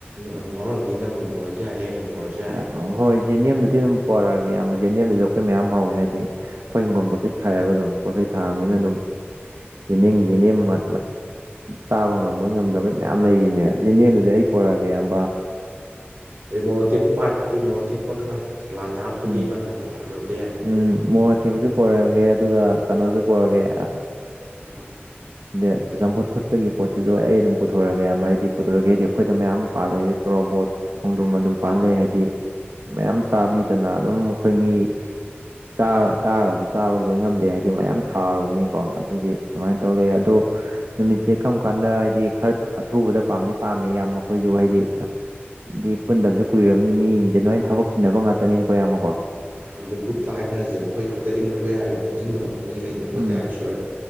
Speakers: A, on the right; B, on the right.
A: ꯑꯗꯨꯝ ꯍꯧꯔꯝꯅꯤ ꯅꯪ ꯑꯗꯨꯝ ꯄꯨꯣꯔꯛꯁꯨ ꯌꯥꯅꯤ ꯑꯩꯅ ꯀꯂꯖꯔꯦ
B: ꯑ ꯍꯣꯏ ꯖꯦꯅꯤꯗꯤ ꯑꯦꯝꯗꯨꯗꯤ ꯑꯗꯨꯝ ꯄꯔꯛꯑꯒꯦ ꯌꯥꯝꯕ ꯖꯦꯅꯤꯗꯤ ꯑꯦꯝꯗꯨꯗ ꯑꯩꯈꯣꯏ ꯃꯌꯥꯝ ꯍꯧꯋꯦ ꯍꯥꯏꯗꯤ ꯑꯩꯈꯣꯏ ꯍꯪꯒꯣꯝ ꯄꯣꯠꯆꯩ ꯊꯥꯏꯑꯦꯕ ꯑꯗꯨꯝ ꯄꯣꯠꯆꯩ ꯊꯥꯕꯅꯤꯅ ꯑꯗꯨꯝ ꯌꯦꯅꯤꯡ ꯌꯦꯅꯦꯝ ꯎ ꯆꯥꯕ ꯉꯝꯕꯣꯏ ꯉꯝꯗꯕꯩ ꯃꯌꯥꯝ ꯂꯩꯔꯤꯅꯦ ꯏꯖꯤꯅꯦꯦꯝꯗꯨꯗꯤ ꯑꯩ ꯄꯣꯔꯛꯑꯒꯦ ꯑꯝꯕ
A: ꯑꯗꯩ ꯃꯣꯔꯣꯛ ꯇꯦꯛꯄ ꯄꯥꯗꯗꯤ ꯃꯣꯔꯣꯛ ꯇꯦꯛꯄ ꯈꯔ ꯁꯂꯥꯗꯠꯇ ꯍꯥꯞꯄꯒꯤ
B: ꯎꯝ
A: ꯑꯃꯗ ꯍꯥꯞꯄ ꯑꯣꯏꯔꯛꯄ ꯌꯥꯏ
B: ꯎꯝ ꯃꯣꯔ ꯑꯊꯦꯛꯕꯁꯨ ꯄꯔꯛꯑꯒꯦ ꯑꯗꯨꯒ ꯀꯩꯅꯣꯁꯨ ꯄꯨꯔꯛꯑꯒꯦ
A: <unintelligible>
B: ꯑ ꯆ ꯆꯝꯐꯨꯠ ꯐꯨꯠꯒꯤ ꯄꯣꯠꯁꯤꯁꯨ ꯑꯩ ꯑꯗꯨꯝ ꯄꯨꯊꯣꯔꯛꯒꯦ ꯑꯕ ꯍꯥꯏꯗꯤ ꯄꯨꯊꯣꯔꯛꯒꯦ ꯍꯥꯏꯗꯤ ꯑꯩꯈꯣꯏꯗ ꯃꯌꯥꯝ ꯄꯥꯜꯂꯦ ꯇꯣꯔꯣꯕꯣꯠ ꯈꯣꯡꯗ꯭ꯔꯨꯝ ꯑꯗꯨꯝ ꯄꯥꯂꯩ ꯍꯥꯏꯗꯤ ꯃꯌꯥꯝ ꯆꯥꯕꯤꯗꯅ ꯑꯗꯨꯝ ꯑꯩꯈꯣꯏ ꯃꯤ ꯆꯥ ꯆꯥꯔꯒꯁꯨ ꯆꯥꯕ ꯂꯣꯏ ꯉꯝꯗꯦ ꯍꯥꯏꯗꯤ ꯃꯌꯥꯝ ꯊꯥꯨꯔꯕꯅꯤꯀꯣ ꯑꯗꯨꯒꯤ ꯑꯗꯨꯃꯥꯏꯅ ꯇꯧ ꯂꯩ ꯑꯗꯣ ꯅꯨꯃꯤꯠꯁꯦ ꯀꯔꯝ ꯀꯥꯟꯗ ꯍꯥꯏꯗꯤ ꯈꯔ ꯑꯊꯨꯕꯗ ꯄꯥꯝꯗꯤ ꯄꯥꯝꯃꯤ ꯌꯥꯝ ꯃꯈꯣꯏꯁꯨ ꯍꯥꯏꯗꯤ ꯑꯗꯨ ꯄꯨꯟꯗꯕꯁꯨ ꯀꯨꯏꯔꯕꯅꯤ ꯃꯤꯁꯦ ꯅꯣꯏꯅ ꯊꯕꯛ ꯆꯤꯟꯅꯕ ꯉꯥꯛꯇꯅꯤꯅꯀꯣ ꯌꯥꯝꯃꯀꯣ
A: ꯑꯗ ꯒ꯭ꯔꯨꯞꯇ ꯍꯥꯏꯅꯔꯁꯦꯕ ꯑꯩꯈꯣꯏ ꯒꯦꯗꯡ ꯑꯩꯈꯣꯏ ꯍꯥꯟꯅ ꯄꯨꯟꯁꯤꯟꯕꯗꯣ ꯃꯤꯉꯩꯗꯣ ꯑꯩꯈꯣꯏ
B: ꯎꯝ
A: ꯀꯌꯥ ꯁꯨꯔꯦ